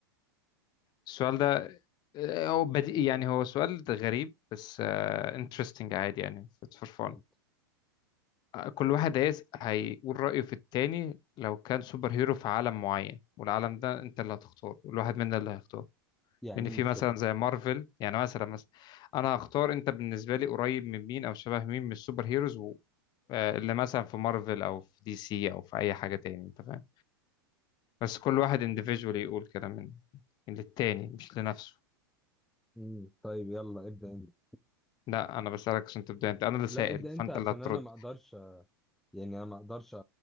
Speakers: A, on the left; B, in the centre.
A: السؤال ده آه، هو بديهي يعني هو سؤال غريب بس انترستنج عادي يعني اتس فور فان
B: اتفضل
A: كل واحد هيس- هيقول رأيه في التاني لو كان سوبر هيرو في عالم معين والعالم ده انت اللي هتختاره والواحد منا اللي هيختاره
B: يعني
A: لان في
B: ايه مش
A: مثلا
B: فاهم
A: زي مارفل يعني مثلا مثلا انا هختار انت بالنسبه لي قريب من مين او شبه مين من السوبر هيروز و... آه، اللي مثلا في مارفل او في دي سي او في اي حاجه تاني انت فاهم بس كل واحد انديفيدولي يقول كده من من للتاني مش لنفسه
B: مم. طيب يلا ابدأ انت
A: لا انا بسالك عشان تبدا انت انا اللي سائل
B: لا ابدأ
A: فانت
B: انت عشان
A: اللي هترد
B: انا ما اقدرش أ- يعني انا ما اقدرش أ-